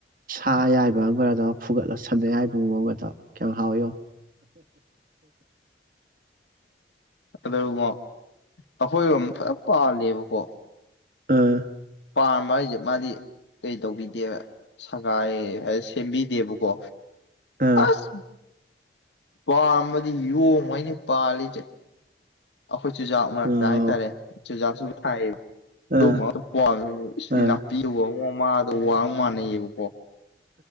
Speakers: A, on the right; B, on the left.
A: ꯑꯥ ꯑꯌꯥꯏꯕ ꯑꯝꯒꯔꯗ ꯐꯨꯒꯠꯂ ꯁꯟ ꯑꯌꯥꯏꯕꯒꯨꯝꯕ ꯑꯃ ꯀꯌꯥꯝ ꯍꯥꯎꯋꯤ ꯌꯦꯡꯉꯣ
B: <unintelligible> ꯑꯈꯣꯏꯔꯣꯝ ꯐꯖ ꯄꯥꯜꯂꯦꯕꯣ ꯀꯣ
A: ꯑꯝ
B: ꯄꯥꯝꯕ ꯍꯥꯏꯖꯦ ꯃꯥꯗꯤ ꯀꯩ ꯇꯧꯕꯤꯗꯦꯕ ꯁꯒꯥꯏ ꯍꯥꯏ ꯁꯦꯝꯕꯤꯗꯦꯕꯀꯣ
A: ꯑꯥ
B: ꯑꯁ ꯄꯥꯝꯃꯗꯤ ꯌꯣꯝꯉꯩꯅꯤ ꯄꯥꯜꯂꯤꯖꯦ ꯈꯣꯏ ꯆꯨꯖꯥꯛ ꯃꯔꯛꯇ
A: ꯑꯣ
B: ꯍꯥꯏꯇꯥꯔꯦ ꯖꯁꯨ ꯊꯥꯏ ꯑꯗꯨ
A: ꯑꯥ
B: ꯄ ꯂꯅꯥꯄꯤ
A: ꯑꯥ
B: ꯑꯣ ꯃꯥ ꯑꯗꯣ ꯋꯥꯡ ꯃꯥꯥꯟꯅꯩꯑꯕꯀꯣ